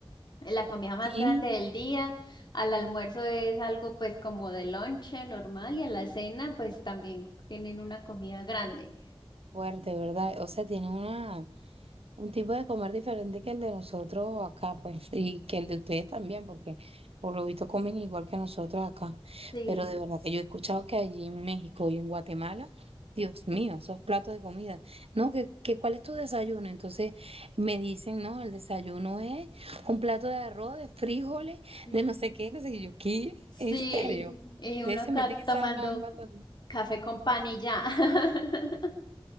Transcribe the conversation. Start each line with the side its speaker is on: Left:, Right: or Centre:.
Left: eh, la comida más
Right: Sí,
Left: grande del día, al almuerzo es algo pues como de lonche normal y a la cena pues también tienen una comida grande.
Right: fuerte, ¿verdad? O sea, tiene una, un tipo de comer diferente que el de nosotros acá, pues, y que el de ustedes también, porque por lo visto comen igual que nosotros acá.
Left: Sí,
Right: Pero de verdad que yo he escuchado que allí en México y en Guatemala, Dios mío, esos platos de comida. No, que, que ¿cuál es tu desayuno? Entonces me dicen, no, el desayuno es un plato de arroz, de frijoles,
Left: Mm.
Right: de no sé qué, no sé qué. Yo, ¿qué?
Left: sí,
Right: ¿En serio?
Left: y
Right: Ustedes
Left: uno
Right: se
Left: ca-
Right: meten esa
Left: tomando
Right: bomba tan
Left: café con pan y ya. <laughs>